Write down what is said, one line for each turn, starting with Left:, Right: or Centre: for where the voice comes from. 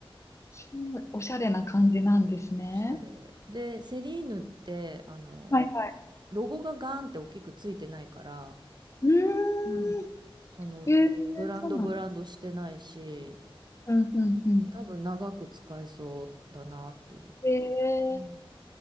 Left: そう、おしゃれな感じなんですね。
Right: そうおしゃれ。で、セリーヌって、あの、
Left: はいはい。
Right: ロゴがガーンって大きくついてないから、
Left: うーん。
Right: うんその、
Left: えー、
Right: ブランドブランドしてないし、
Left: そうなんうん、うん、うん。
Right: 多分長く使えそうだなっていうか。
Left: えー
Right: うん